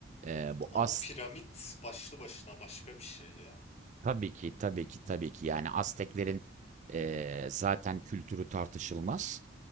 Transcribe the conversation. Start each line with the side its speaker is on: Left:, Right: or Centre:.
Right: eee, bu
Left: Ama
Right: As
Left: piramit başlı başına başka bir şey ya.
Right: tabii ki tabii ki tabii ki yani Azteklerin eee, zaten kültürü tartışılmaz.